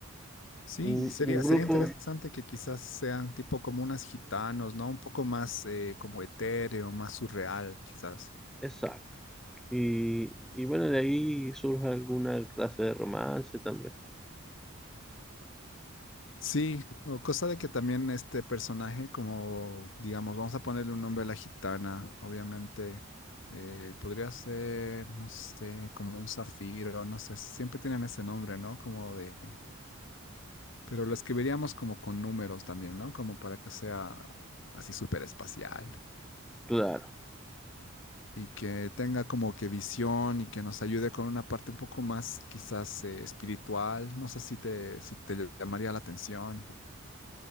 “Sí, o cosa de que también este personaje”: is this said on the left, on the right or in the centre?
Left